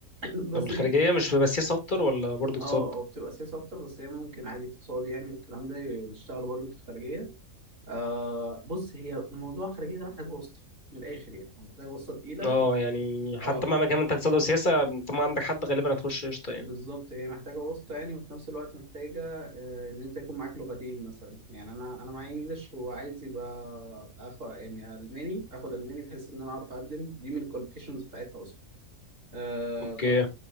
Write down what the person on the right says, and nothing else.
<clears throat> بس
دي
اه او بتبقى سياسه اكتر بس هي ممكن عادي اقتصادي يعني والكلام ده يشتغلوا برضه في الخارجيه آه بص هي موضوع الخارجيه ده محتاج واسطه من الاخر يعني محتاج واسطه تقيله
اه
بالظبط هي محتاجة واسطة يعني وفي نفس الوقت محتاجة آه، إن أنت يكون معاك لغتين مثلا يعني أنا أنا معايا إنجلش وعايز يبقى آخد يعني ألماني آخد ألماني بحيث إن أنا أعرف أقدم دي من الكواليفيكيشنز بتاعتها أصلا آه،
ف...